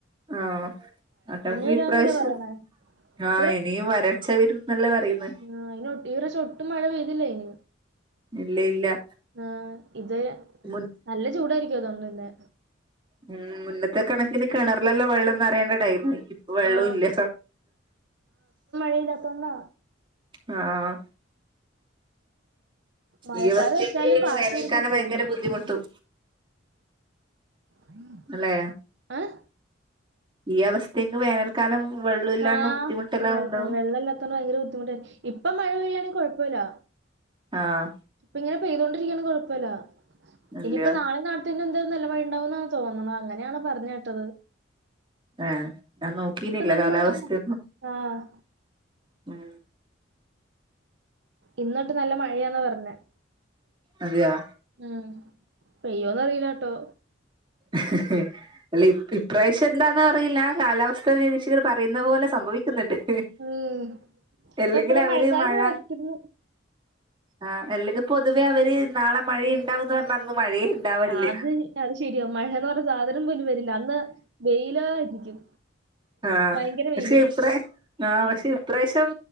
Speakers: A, on the right (about 25°); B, on the right (about 60°).
A: ആഹ് മക്കൾക്ക്
B: വരാന്നല്ലേ
A: ഇപ്രാവശ്യം
B: പറയുന്നെ ഈ
A: ആഹ് ഇനിയും വരൾച്ച വെരും ന്നല്ലെ പറയ്ന്ന്
B: ആഹ് അയ്നീ ഈ പ്രശം ഒട്ടും മഴ പെയ്തില്ലേനി
A: ഇല്ലേല്ല
B: ആഹ് ഇത്
A: മുൻ
B: നല്ല ചൂടായിരിക്കും അതൊണ്ട് പിന്നെ
A: ഉം മുന്നത്തെ കണക്കിന് കെണർലെല്ല വെള്ളംന്നെറയേണ്ട ടൈം വെള്ളുല്ല
B: ആ ല്ലാത്തോന്ന
A: അ ആഹ്
B: മഴക്കാറ്
A: ഈ അവസ്ഥെങ്കില്
B: വെച്ചാലും കാറ്റ്
A: വേനൽക്കാലം
B: വരുമ്പോ പോകും
A: ഭയങ്കര ബുദ്ധിമുട്ടും
B: ഉം
A: അല്ലേ
B: ങ്
A: ഈ അവസ്ഥെക്ക് വേനൽക്കാലം വെള്ളുല്ലാണ്ട്
B: ആഹ്
A: ബുദ്ധിമുട്ട്ല്ലാണ്ടാവെടൊ
B: നൽ വെള്ളം ഇല്ലാത്തോണ്ട് ഭയങ്കര ബുദ്ധിമുട്ടായിരിക്ക ഇപ്പ മഴ പെയ്യാണങ്കി കൊഴപ്പല്ല
A: ആഹ്
B: ഇപ്പിങ്ങനെ പെയ്തൊണ്ടിരിക്കണെ കൊഴപ്പല്ല
A: ഇല്ല
B: ഇനിയിപ്പ നാളെ നാ ഇന്ന് എന്താ നല്ലമഴണ്ടാവുംന്നണ് തോന്നണ അങ്ങനെയാണ് പറഞ്ഞെട്ടത്
A: എ ഞാൻ നോക്കീനില്ല
B: നല്ല
A: കാലാവസ്ഥയൊന്നും.
B: മഴയാ ആഹ്
A: ഉം
B: ഇന്നൊട്ട് നല്ല മഴയാന്ന പറഞ്ഞത്.
A: അതയോ
B: ഉം, പെയ്യോന്ന് അറീലട്ടോ.
A: ഇഹ് ഇഹ് അല്ലേ ഇ ഇപ്രാവശ്യം എന്താന്നറിയില്ല കാലാവസ്ഥാ നിരീക്ഷികർ പറയുന്ന പോലെ സംഭവിക്ക്ന്ന്ണ്ട്. ഇഹ്,
B: ഉം ഇപ്പൊ
A: എല്ലെങ്കിലവര്
B: ഇപ്പടെ മഴക്കാറ്
A: മഴ
B: ഇങ്ങനെ വയ്ക്കുന്നു
A: ആഹ്, അല്ലെങ്കിൽ പൊതുവേ അവര് നാളെ മഴയ ഇണ്ടാവന്ന് പറഞ്ഞ അന്ന് മഴയെ ഇണ്ടാവല്ല.
B: അത് അത് ശെരിയാ മഴാന്ന് പറഞ്ഞ സാധനം പോലും വരില്ല അന്ന് വെയിലായിരിക്കും.
A: ആ
B: ഭയങ്കര
A: പക്ഷെ
B: വെയിലും
A: ഇപ്രാ ആ പക്ഷെ ഇപ്രാശ്യം